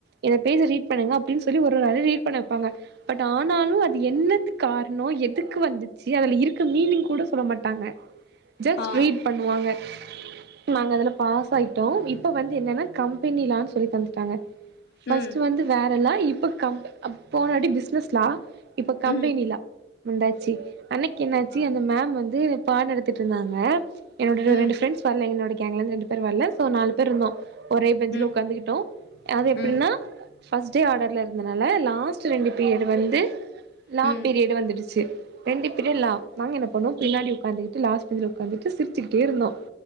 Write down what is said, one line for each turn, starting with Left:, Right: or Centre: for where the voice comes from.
Right: இந்த பேஜ ரீட் பண்ணுங்க அப்டின் சொல்லி ஒரு ஒரு ஆள ரீட் பண்ண வெப்பாங்க பட் ஆனாலு அது என்னத்து கார்ணோ எதுக்கு வந்துச்சி அதுல இருக்க மீனிங் கூட சொல்ல மாட்டாங்க ஜஸ்ட்
Left: ஆ
Right: ரீட் பண்ணுவாங்க நாங்க அதுல பாஸ் ஆயிட்டோ இப்ப வந்து என்னன்னா கம்பெனிலான் சொல்லி தந்துட்டாங்க
Left: ம்
Right: பஸ்ட்டு வந்து வேற லா இப்ப கம்ப் அ போனாடி பிஸ்னஸ்லா இப்ப கம்பெனி
Left: ம்
Right: லா வந்தாச்சி அன்னிக்கி என்னாச்சி
Left: ஆ
Right: அந்த மேம் வந்து பாட் நடத்திட்ருந்தாங்க என்னோடய ர
Left: ம்
Right: ரண்டு ஃப்ரெண்ட்ஸ் வர்ல என்னோட கேங்லந்து ரெண்டு பேர் வல்ல சோ நாலு பேர் இருந்தோ ஒரே பெஞ்ல
Left: ம்
Right: உக்காந்துகிட்டோ அ அது எப்பிடின்னா
Left: ம்
Right: ஃபஸ்ட் டே ஆடர்ல இருந்தனால லாஸ்ட் ரெண்டு பீரியடு வந்து லா
Left: ம்
Right: பீரியடு வந்துடுச்சு ரெண்டு பீரிய லா நாங்க என்ன பண்ணோ
Left: ம்
Right: பின்னாடி உக்காந்திகிட்டு லாஸ் பெஞ்ல உக்காந்திட்டு சிரிச்சிகிட்டே இருந்தோ